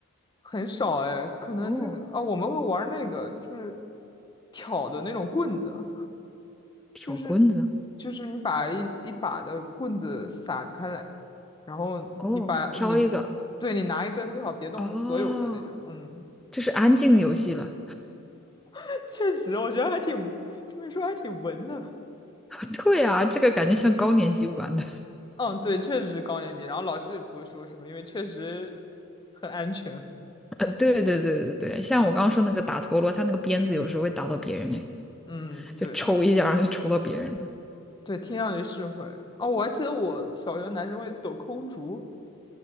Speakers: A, on the left; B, in the centre.
A: 很少哎，可能这个啊，
B: 哦，
A: 我们会玩那个，就是挑的那种棍子，
B: 挑棍子。
A: 就是就是你把一一把的棍子散开来，然后你把你对你拿一根，
B: 哦，挑一个。
A: 最好别动所有的那种。
B: 哦，
A: 嗯，
B: 这是安静的游戏了。
A: <laughs> 确实，我觉得还挺这么一说还挺文的。
B: <laughs> 对啊，这个感觉像高年级玩的。
A: 嗯，对，确实是高年级，然后老师也不会说什么，因为确实很安全。
B: <laughs> 呃对对对对对，像我刚刚说那个打陀螺，他那个鞭子有时候会打到别人，哎，
A: 嗯，
B: 就抽一下，
A: 对对
B: 然后就抽到别人了。
A: 对，听上去是会。哦，我还记得我小学男生会抖空竹，